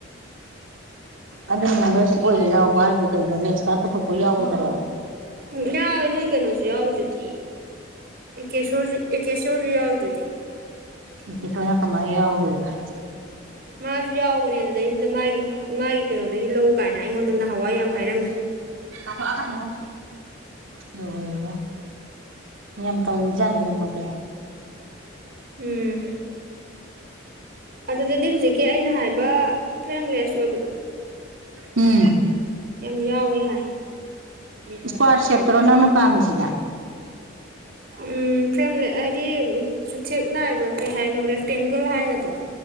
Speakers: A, on the right; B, on the right.
A: ꯑꯗꯨ ꯃꯦꯝꯕꯔꯁꯤꯞ ꯑꯣꯏꯕ ꯌꯥꯎꯕ ꯍꯥꯏꯗꯤ ꯀꯩꯅꯣ ꯂꯦꯛꯁꯀ ꯄꯨꯊꯣꯛꯄ ꯌꯥꯎꯒꯗ꯭ꯔꯣ
B: ꯎꯝ ꯌꯥꯎꯋꯦ ꯅꯣꯏ ꯀꯩꯅꯣꯁꯨ ꯌꯥꯎꯋꯤꯗꯨꯗꯤ ꯑꯦꯀꯦꯁꯣꯔꯁꯨ ꯑꯦꯀꯦꯁꯣꯔꯁꯨ ꯌꯥꯎꯋꯤꯗꯨꯗꯤ
A: ꯇꯤ ꯊꯅ ꯀꯃꯥꯏꯅ ꯌꯥꯎꯔꯣꯏꯕ
B: ꯃꯥꯁꯨ ꯌꯥꯎꯕꯅꯦ ꯑꯗꯨꯗꯩꯗꯨꯗ ꯃꯥꯒꯤ ꯃꯥꯒꯤ ꯀꯩꯅꯣꯗꯒꯤ ꯂꯧ ꯀꯥꯏꯅ ꯑꯩꯉꯣꯟꯗ ꯅꯍꯥꯟꯋꯥꯏ ꯌꯥꯝꯅ ꯍꯥꯏꯔꯝꯃꯤ
A: ꯇ ꯑꯣ ꯂ ꯌꯥꯝ ꯌꯥꯝ ꯇꯧꯔꯤꯖꯥꯠꯅꯤꯅ ꯃꯣꯏꯗꯤ
B: ꯎꯝ ꯑꯗꯨꯗꯗꯤ ꯍꯧꯖꯤꯛꯀꯤ ꯑꯩꯅ ꯍꯥꯏꯕ ꯐ꯭ꯔꯦꯝꯂꯦꯁ ꯑꯣꯏꯕꯗꯣ
A: ꯎꯝ
B: ꯌꯥꯝ ꯌꯥꯎꯋꯦ ꯍꯥꯏ
A: ꯏꯁꯀ꯭ꯋꯥꯔ ꯁꯦꯞꯇꯔꯣ ꯅꯪꯅ ꯄꯥꯝꯃꯤꯁꯤꯅ
B: ꯎꯝ ꯐ꯭ꯔꯦꯝꯂꯦꯠ ꯍꯥꯏꯗꯤ ꯆꯨꯊꯦꯛ ꯅꯥꯏꯕ ꯀꯩ ꯍꯥꯏꯅꯣ ꯔꯦꯛꯇꯦꯡꯒꯜ ꯍꯥꯏꯒꯗ꯭ꯔꯣ